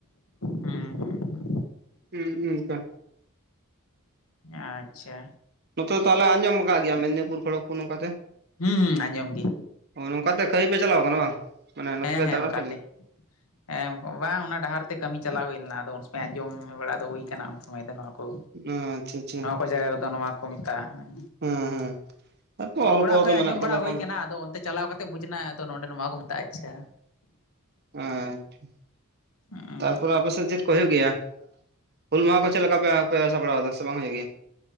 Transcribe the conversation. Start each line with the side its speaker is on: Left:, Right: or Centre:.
Left: ᱦᱩᱸ ᱦᱩᱸ
Right: ᱦᱩᱸ ᱦᱩᱸ ᱚᱱᱠᱟ
Left: ᱟᱪᱪᱷᱟ,
Right: ᱱᱚᱛᱮ ᱫᱚ ᱛᱟᱦᱚᱞᱮ ᱟᱸᱡᱚᱢ ᱠᱟᱜ ᱜᱮᱭᱟᱢ ᱢᱮᱫᱽᱱᱤᱯᱩᱨ ᱠᱷᱚᱲᱚᱜᱯᱩᱨ ᱱᱚᱝᱠᱟᱛᱮ,
Left: ᱦᱩᱸ ᱦᱩᱸ ᱟᱸᱡᱚᱢ ᱜᱮ᱾
Right: ᱚ ᱱᱚᱝᱠᱟᱛᱮ ᱠᱟᱹᱢᱤ ᱯᱮ ᱪᱟᱞᱟᱣ ᱠᱟᱱᱟ ᱵᱟᱝ, ᱢᱟᱱᱮ ᱱᱚᱛᱮ
Left: ᱦᱮᱸ
Right: ᱯᱮ
Left: ᱦᱮᱸ
Right: ᱫᱟᱬᱟᱱ
Left: ᱚᱱᱠᱟᱛᱮ
Right: ᱯᱮ
Left: ᱦᱮᱸ ᱵᱟᱝ ᱚᱱᱟ ᱰᱟᱦᱟᱨ ᱛᱮ ᱠᱟᱹᱢᱤ ᱪᱟᱞᱟᱣ ᱦᱩᱭ ᱞᱮᱱᱟ ᱟᱫᱚ ᱩᱱ ᱥᱚᱢᱚᱭ ᱟᱸᱡᱚᱢ ᱵᱟᱲᱟ ᱫᱚ ᱦᱩᱭ ᱠᱟᱱᱟ ᱩᱱ ᱥᱚᱢᱚᱭ ᱫᱚ ᱱᱚᱣᱟ ᱠᱚ
Right: ᱟᱪᱪᱷᱟ ᱟᱪᱪᱷᱟ᱾
Left: ᱱᱚᱣᱟ ᱠᱚ ᱡᱟᱭᱜᱟ ᱨᱮᱫᱚ ᱱᱚᱣᱟ ᱠᱚ ᱢᱮᱛᱟᱜᱼᱟ ᱦᱮᱸ᱾
Right: ᱦᱮᱸ ᱦᱮᱸ ᱛᱟᱨᱯᱚᱨ ᱚᱞ
Left: ᱚᱲᱟᱜ
Right: ᱠᱚᱦᱚᱸ
Left: ᱠᱷᱚᱡ
Right: ᱛᱚ
Left: ᱟᱸᱡᱚᱢ
Right: ᱢᱮᱱᱟᱜ ᱠᱟᱫᱟ
Left: ᱵᱟᱲᱟ
Right: ᱮᱠᱷᱚᱱ
Left: ᱦᱩᱭ ᱠᱟᱱᱟ ᱟᱫᱚ ᱚᱱᱛᱮ ᱪᱟᱞᱟᱣ ᱠᱟᱛᱮᱫ ᱵᱩᱡᱽᱷᱱᱟ ᱟᱫᱚ ᱱᱚᱰᱮ ᱱᱚᱣᱟ ᱠᱚ ᱢᱮᱛᱟᱜᱼᱟ ᱟᱪᱪᱷᱟ,
Right: ᱟᱪᱪᱷᱟ
Left: ᱦᱩᱸ
Right: ᱛᱟᱨᱯᱚᱨᱮ ᱟᱯᱮ ᱥᱮᱫ ᱪᱮᱫ ᱠᱚ ᱦᱩᱭᱩᱜ ᱜᱮᱭᱟ? ᱦᱩᱞ ᱢᱟᱦᱟᱸ ᱠᱚ ᱪᱮᱫ ᱞᱮᱠᱟ ᱯᱮᱼᱯᱮ ᱥᱟᱯᱲᱟᱣᱫᱟ ᱥᱮ ᱵᱟᱝ ᱦᱩᱭᱩᱜ ᱜᱮ